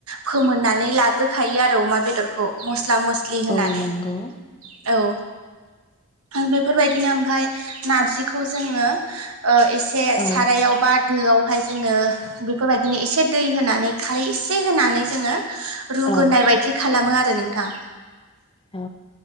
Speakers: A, on the right; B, on the left.
A: फोमोननानै लाग्रोखायो आरो अमा बेदरखौ मस्ला मस्लि होनानै
B: औ नंगौ
A: औ बेफोरबायदिनो ओमफ्राय नारजिखौ जोङो ओ एसे
B: औ
A: सारायावबा। दोयावहाय जोङो बेफोरबायदिनो एसे दै होनानै खारै एसे होनानै जोङो। रुगोनाय
B: औ
A: बायदि खालामो आरो नोंथां।
B: औ